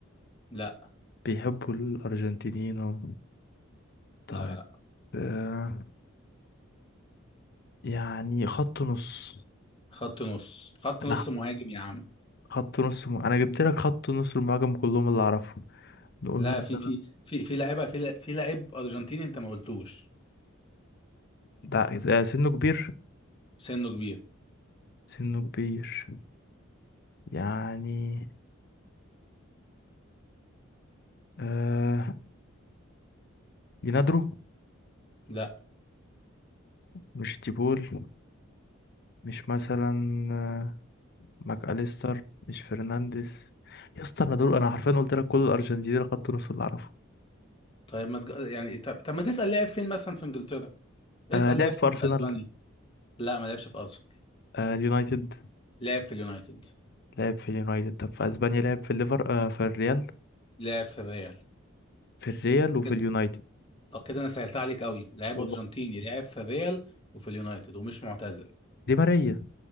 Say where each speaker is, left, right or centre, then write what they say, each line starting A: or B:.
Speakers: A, on the left; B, on the left.
A: لا
B: بيحبوا الارجنتينيين هم طيب
A: لا
B: آه، يعني خط نص
A: خط نص خط نص
B: انا
A: مهاجم يا عم
B: خط نص م... انا جبت لك خط نص المهاجم كلهم اللي اعرفهم نقول
A: لا
B: مثلا
A: في في في في لعيبه في لع- في لعيب ارجنتيني انت ما قلتوش
B: ده إذا سنه كبير
A: سنه كبير
B: سنه كبير يعني آه لينادرو
A: لا
B: مش تيبول مش مثلا آه ماك أليستر مش فرنانديز يا اسطى انا دول انا حرفيا قلت لك كل الارجنتين خط نص اللي اعرفه
A: طيب ما تج... يعني طب, طب ما تسال لعب فين مثلا في انجلترا اسال
B: آه لعب
A: لعب فين
B: في ارسنال
A: في اسبانيا لا ما لعبش في ارسنال
B: آه اليونايتد
A: لعب في اليونايتد
B: لعب في اليونايتد طب في اسبانيا لعب في الليفر آه في الريال
A: لعب في الريال
B: في الريال وفي
A: كده
B: اليونايتد
A: طب كده انا سهلت عليك قوي لعيب
B: والله
A: ارجنتيني لعب في الريال وفي اليونايتد ومش معتزل
B: دي ماريا